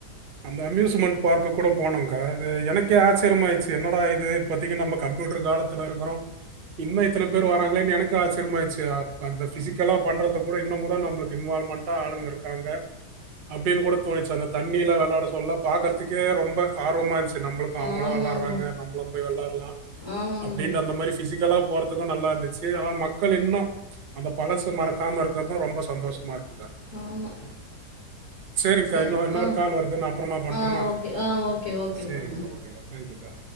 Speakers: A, on the right; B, on the left.
A: அந்த அம்யூஸ்மெண்ட் பார்க்கு கூட போனங்க்கா அது எனக்கே ஆச்சரியமா ஆயிச்சு என்னடா இது பாத்தீங்க நம்ம கம்ப்யூட்டர் காலத்துல இருக்கிறோ இன்னு இத்தன பேர் வராங்களேன்னு எனக்கு ஆச்சரியம் ஆயிச்சு ஃபிசிக்கலா பண்றது கூட இன்னு கூட நமக்கு இன்வால்வ்மெண்டா ஆளுங்க இருக்காங்க அப்படின்னு கூட தோணிச்சு அந்த த ண்ணில வெளாட சொல்ல பாக்கறதுக்கே ரொம்ப ஆர்வமா இன்ச்சு நம்மளுக் கு அவங்களா
B: ஆமா
A: வெளாடுறாங்க
B: ப்ரோ
A: நம்ளும் போய் வெளாடலா
B: ஆமாங்க
A: அப்டின்னு
B: ப்ரோ
A: அந்த மாரி ஃபிசிக்கலா போறதுக்கும் நல்லா இருந்துச்சு ஆனா மக்கள் இன்னு அந்த பழசு மறக்காம இருக்கறதுதா ரொம்ப சந்தோஷமா இருக்குக்கா
B: ஆமா
A: செரிங்க்கா
B: சரி
A: இன்னொ இன்னொரு
B: ஆ
A: கால் வருது நா அப்புறமா பண்ணட்டுமா
B: ஆ ஓகே ஆ ஓகே ஓகே
A: சரிங்க்கா
B: ப்ரோ ம்
A: ஓகேக்கா தேங்க்யூக்கா